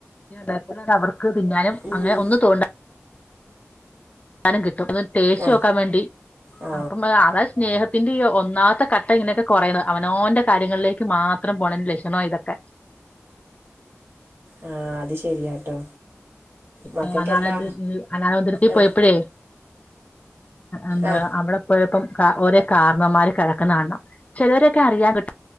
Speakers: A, on the left; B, on the right.
A: അതേപോലെ അവർക്ക് തിന്നാലും
B: ഉം
A: അങ്ങനെ ഒന്ന് തോണ്ട സാനം കിട്ടും ഒന്ന് ടേസ്റ്റ്
B: ആ
A: നോക്കാൻ വേണ്ടി
B: ആ
A: അപ്പം അതാ സ്നേഹത്തിന്റെ ഈ ഒന്നാമത്തെ കട്ട ഇങ്ങനെയൊക്കെ കുറയുന്നത് അവനവന്റെ കാര്യങ്ങളിലേക്ക് മാത്രം. മാത്രം പോണെൻ്റെ ലക്ഷണാ ഇതൊക്കെ
B: ആഹ അത് ശരിയാട്ടോ മക്കൾക്കെല്ലാ
A: അ അനാല <unintelligible>
B: ആ
A: പോയപ്പഴേ എന്താ
B: ആ
A: അവിടെ പോയപ്പോം ഓരോ കാരണന്മാര് കിടക്കുന്ന കാണം ചിലവരൊക്കെ അറിയാൻ കിട്ടും